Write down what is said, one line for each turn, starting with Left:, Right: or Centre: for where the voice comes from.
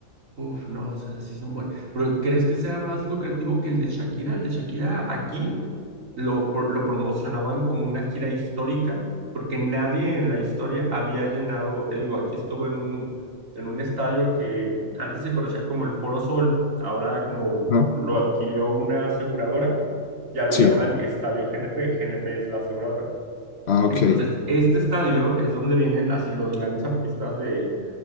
Right: Uf, no, o sea, sí es un buen. Pero ¿crees que sea más lucrativo que el de Shakira? El de Shakira aquí lo, pro- lo promocionaban como una gira histórica, porque nadie en la historia había llenado, te digo, aquí estuvo en un, en un estadio que antes se conocía como el Foro Sol, ahora como
Left: ¿no?
Right: lo adquirió una aseguradora, ya lo
Left: Sí,
Right: llaman Estadio GNP, GNP es la aseguradora.
Left: ah, ok.
Right: Entonces, este estadio es donde vienen así los grandes artistas de